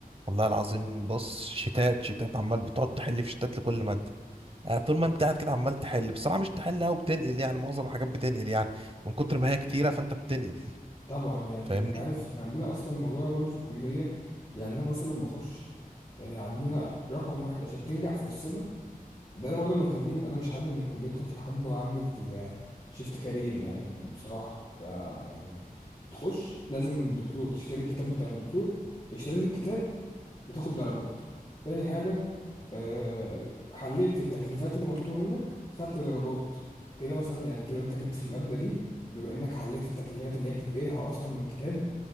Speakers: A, on the right; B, on the left.
A: والله العظيم بص شتات شتات عمال بتقعد تحل في شتات لكل ماده يعني طول ما انت قاعد كده عمال تحل بصراحه مش تحل قوي بتنقل يعني معظم الحاجات بتنقل يعني من كتر ما هي كتيره فانت بتنقل
B: طبعا يعني
A: فاهمني
B: ده انت عارف احنا عندنا اصلا الموضوع ده برضه في الكليه يعني انا مثلا بخش آه، عندنا رقم واحد عشان تنجح في السنه ده برضه اللي مخليني انا مش حابب ان الكليه بتاعتي وحابب اعمل شيفت كارير يعني بصراحه ف يعني بتخش لازم دكتور تشتري الكتاب بتاع الدكتور اشتريت الكتاب بتاخد درجات تاني حاجة آه، حليت التكليفات اللي مطلوبة منك خدت درجات كده مثلا يعني كده انت جبت في المادة دي بما انك حليت التكليفات اللي هي بتنقلها اصلا من الكتاب